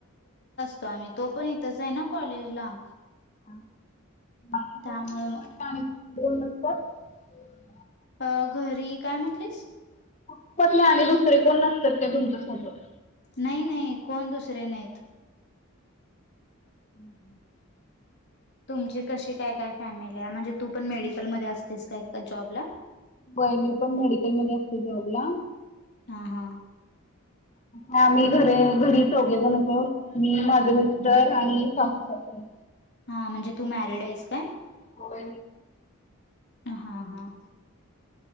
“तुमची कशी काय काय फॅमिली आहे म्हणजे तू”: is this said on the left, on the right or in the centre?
Left